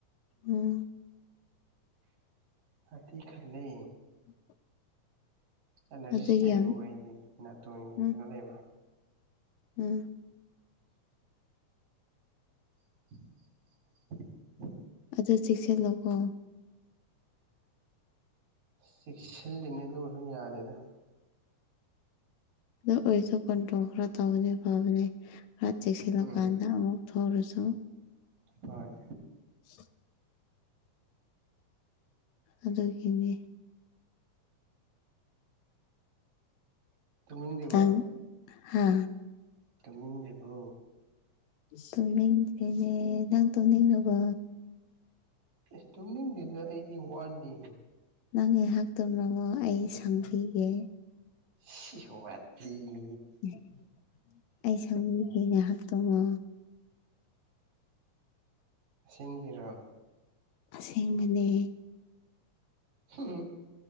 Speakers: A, on the left (about 75°); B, on the right (about 80°).
A: ꯎꯝ
B: ꯍꯥꯛꯊꯤ ꯈꯜꯂꯦ
A: <inaudible>
B: ꯑꯦꯂꯔꯖꯤꯁ
A: ꯑꯗꯨ
B: ꯂꯩꯌꯦꯕꯀꯣ
A: ꯌꯥꯝ
B: ꯑꯩꯗꯤ ꯅꯥꯇꯣꯟꯒꯤ
A: ꯎꯝ
B: ꯀꯩꯅꯣ ꯂꯩꯕ
A: ꯎꯝ
B: <inaudible>
A: ꯑꯗꯣ ꯆꯦꯛꯁꯤꯜꯂꯣꯀꯣ
B: ꯆꯦꯛꯁꯤꯜꯂꯤꯅꯦ ꯑꯗꯨꯒ ꯗꯨꯝ ꯌꯥꯗꯦꯅ
A: ꯑꯗꯨ ꯑꯣꯏꯁꯨ ꯀꯟꯇ꯭ꯔꯣꯜ ꯈꯔ ꯇꯧꯅꯤ ꯐꯕꯅꯦ ꯈꯔꯥ ꯆꯦꯛꯁꯤꯜꯂ
B: ꯎꯝ
A: ꯀꯥꯟꯗ ꯑꯃꯨꯛ ꯊꯔꯁꯨ
B: ꯍꯣꯏ
A: <inaudible> ꯑꯗꯨꯒꯤꯅꯦ
B: ꯇꯨꯝꯅꯤꯡꯗꯔ꯭ꯤꯕꯥ
A: ꯅꯪ ꯍꯥ
B: ꯇꯝꯅꯤꯡꯗ꯭ꯔꯤꯕꯣ
A: ꯇꯨꯝꯅꯤꯡꯗꯔ꯭ꯤꯌꯦ ꯅꯪ ꯇꯨꯝꯅꯤꯡꯉꯥꯕꯣ
B: ꯏꯁ ꯇꯨꯝꯅꯤꯡꯗꯤꯗ ꯑꯩꯗꯤ ꯋꯥꯠꯂꯤ
A: ꯅꯪ ꯉꯥꯏꯍꯥꯛ ꯇꯨꯝꯔꯉꯣ ꯑꯩ ꯁꯪꯕꯤꯒꯦ
B: ꯁꯤ ꯁꯤ ꯋ꯭ꯥꯊꯤꯗꯤ
A: ꯑꯦ ꯑꯩ ꯁꯪꯕꯤꯒꯦ ꯉꯥꯏꯍꯥꯛ ꯇꯨꯝꯃꯣ
B: ꯑꯁꯦꯡꯒꯤꯔꯣ
A: ꯑꯁꯦꯡꯕꯅꯦ
B: ꯎꯝ